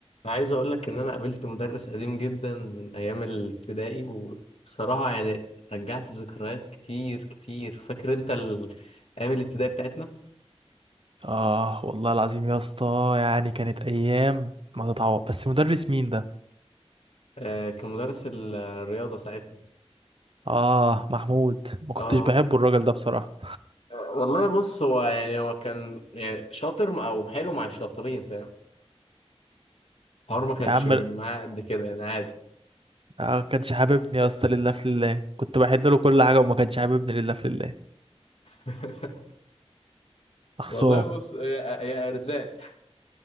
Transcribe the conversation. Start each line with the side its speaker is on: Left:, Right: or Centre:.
Left: انا عايز اقول لك ان انا قابلت مدرس قديم جدا من ايام الابتدائي وبصراحه يعني رجعت ذكريات كتير كتير فاكر انت ال- ايام الابتدائي بتاعتنا
Right: اه والله العظيم يا اسطى يعني كانت ايام ما تتعوض بس مدرس مين ده
Left: آه كان مدرس ال- الرياضه ساعتها
Right: اه محمود ما كنتش
Left: اه
Right: بحبه الراجل ده بصراحه
Left: آه، والله بص هو يعني هو كان يعني شاطر او حلو مع الشاطرين فاهم الحوار ما كانش
Right: يا عم
Left: معاه
Right: ما
Left: قد كده يعني عادي
Right: آه كانش حاببني يا اسطى لله في لله كنت بحل له كل حاجه وما كانش حاببني لله في لله
Left: <laughs>
Right: اخصام
Left: والله بص يا يا ارزاق